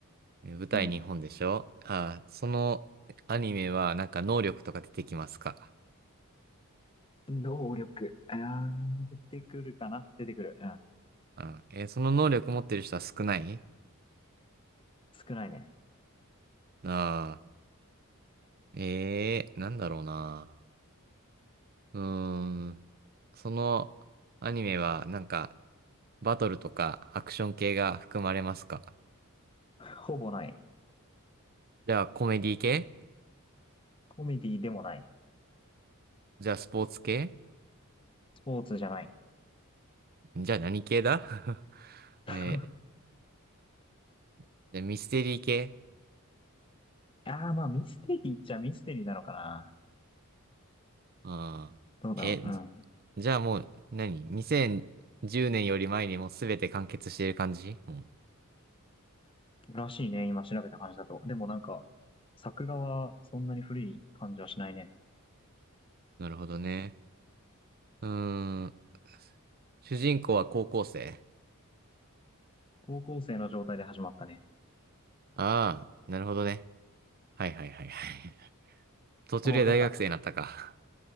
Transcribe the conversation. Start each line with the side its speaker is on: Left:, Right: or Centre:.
Right: え舞台日本でしょああ、
Left: うん。
Right: そのアニメはなんか能力とか出てきますか。
Left: 能力。あー、出てくるかな出てくる。うん。
Right: あ、えーその能力持ってる人は少ない
Left: 少ないね。
Right: ああ。ええー、なんだろうな。うーん。そのアニメはなんかバトルとかアクション系が含まれますか
Left: ほぼない。
Right: じゃあコメディ系
Left: コメディでもない。
Right: じゃあスポーツ系
Left: スポーツじゃない。
Right: じゃあ何系だ <laughs>
Left: <laughs>
Right: えー、じゃあミステリー系
Left: あー、まあミステリーっちゃミステリーなのかな。
Right: あーえ、
Left: どうだろう。うん。
Right: じじゃあもう何 ?2010 年より前にもうすべて完結している感じも
Left: らしいね。今調べた感じだと。でもなんか、作画はそんなに古い感じはしないね。
Right: うなるほどね。うーん。主人公は高校生
Left: 高校生の状態で始まったね。
Right: ああー、なるほどね。はいはいはいはい。途中で大学生になったか。
Left: おわかった。